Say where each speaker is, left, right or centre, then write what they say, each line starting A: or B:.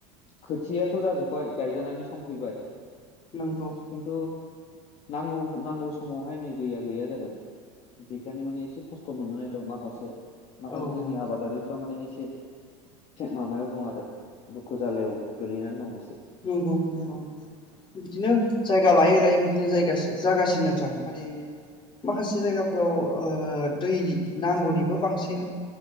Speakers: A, on the left (about 45°); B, on the left (about 30°).
A: खोथियाथ' जाजोबबाय गायजानायनि सम फैबाय।
B: नंगौ।
A: खिन्थु नांगौ नांगौ समावहाय नै दैया गैया जादों। बेखायनो माने एसे खस्थ' मोननानै दं माखासे माखासे
B: औ औ
A: जोंनि आबादारि बिफां माने एसे थेक माबायाव दं आरो दुखु जालायाव गोलैनानै दंसो
B: नंगौ नंगौ। बिदिनो जायगा लायै लायै बिदिनो जायगा जागासिनो नोंथां माने माखासे जायगाफोराव दै नांगौनिबो बांसिन